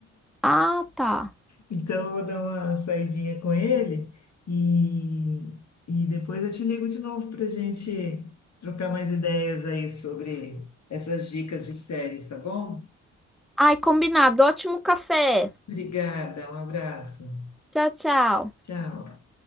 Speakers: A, in the centre; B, on the left.
A: Ah, tá.
B: Então eu vou dar uma saidinha com ele e, e depois eu te ligo de novo pra gente trocar mais ideias aí sobre essas dicas de séries, tá bom?
A: Ai, combinado. Ótimo café.
B: Obrigada, um abraço.
A: Tchau, tchau.
B: Tchau.